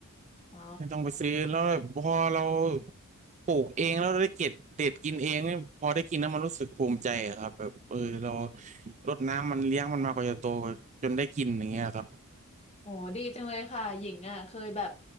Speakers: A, on the left (about 30°); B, on the right (about 30°).
A: อ๋อ
B: ไม่ต้องไปซื้อแล้วพอเราปลูกเองแล้วได้เก็บเด็ดกินเองนี่พอได้กินแล้วมันรู้สึกภูมิใจอะครับแบบเออเรารดน้ำมันเลี้ยงมันมากว่าจะโตจนได้กินอย่างเงี้ยครับ
A: โอ้ดีจังเลยค่ะหญิงอ่ะเคยแบบ